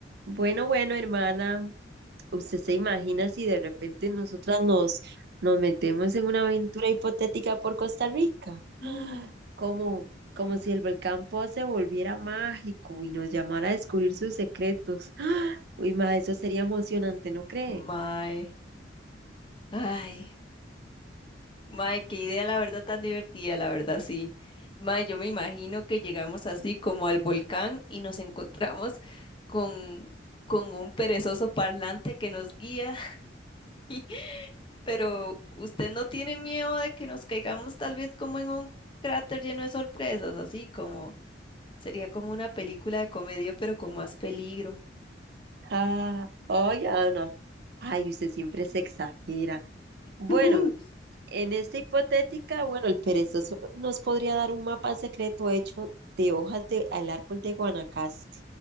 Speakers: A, on the right; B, on the left.
A: Bueno, bueno, hermana, ¿usted se imagina si de repente nosotras nos, nos metemos en una aventura hipotética por Costa Rica?
B: Mm.
A: Como, como si el volcán Poa se volviera mágico y nos llamara a descubrir sus secretos. ¡Ah! Uy, ma, eso sería emocionante, ¿no cree?
B: Mae, ay, mae, qué idea la verdad tan divertida, la verdad sí. Mae, yo me imagino que llegamos así como al volcán y nos encontramos con, con un perezoso parlante que nos guía, <laughs> pero ¿usted no tiene miedo de que nos caigamos tal vez como en un cráter lleno de sorpresas, así como sería como una película de comedia, pero con más peligro?
A: Ah, ay, Ana, ay, usted siempre se exagera. Bueno,
B: <laughs>
A: en esta hipotética, bueno, el perezoso nos podría dar un mapa secreto hecho de hojas del árbol de Guanacaste.